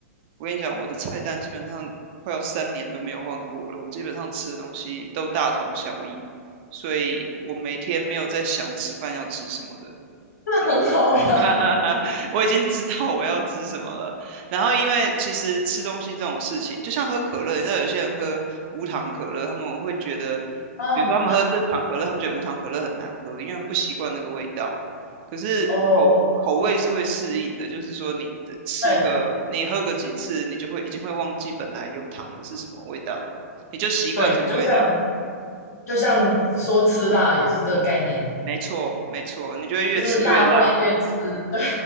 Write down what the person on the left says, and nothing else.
<laughs>
那很好呀，
啊，
哦，
对
对，就像就像说吃辣也是这个概念，
就是辣会越吃，<laughs> 对